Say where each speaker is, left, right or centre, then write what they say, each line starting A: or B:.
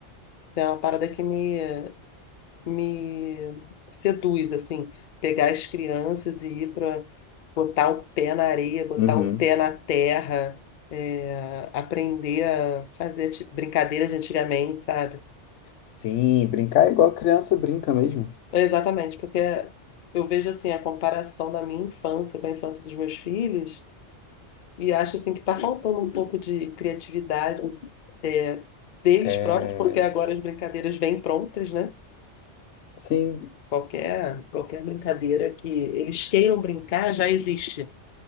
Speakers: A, on the left (about 55°); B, on the left (about 80°).
A: Isso é uma parada que me, me seduz, assim, pegar as crianças e ir para botar o pé na areia, botar
B: Uhum.
A: o pé na terra, é, aprender a fazer ti- brincadeiras de antigamente, sabe?
B: Sim, brincar é igual criança brinca mesmo.
A: É, Exatamente, porque eu vejo assim a comparação da minha infância com a infância dos meus filhos e acho assim que está faltando um pouco de criatividade é, deles
B: É...
A: próprios, porque agora as brincadeiras vêm prontas, né?
B: Sim,
A: Qualquer, qualquer brincadeira que eles queiram brincar já existe.